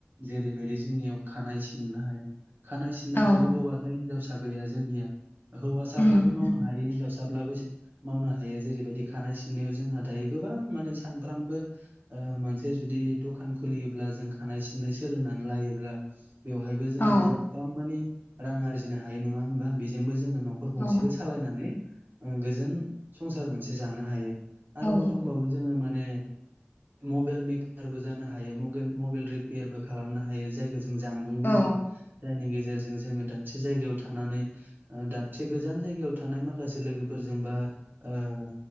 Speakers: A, on the right (about 55°); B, on the left (about 55°).
A: जेरैबायदि जोंनियाव खानाय सिननाय खानाय सिननायखौबो
B: औ
A: हौवासा हिनजावसा गैया जोंनिया हौवासाब्लाबो
B: उम
A: मावनो हायो हिनजावसाब्लाबो मावनो हायो जेरैबायदि खानाय सिननायाव जोंहा दायो गोबां माने सानफ्रामबो ओ मानसि जुदि द'खान खुलियोब्ला जों खानाय सिननाय सोलोंनानै लायोब्ला बेवहायबो जोङो
B: औ
A: गोबां मानि रां आरजिनो हायो नङा होमबा बेजोंबो जोङो न'खर गंसेखो
B: औ
A: सालायनानै गोजोन संसार मोनसे जानो हायो। आरोबाव
B: औ
A: दंबावो जोङो माने मबेल मेकारबो जानो हायो मबेल रिपेयारबो खालामनो हायो जाय जों जानबुं बुङो
B: औ
A: जायनि गे जों जोङो दाबसे जायगायाव थानानै ओ दाबसे गोजान जायगायाव थानाय माखासे लोगोफोरजों बा ओ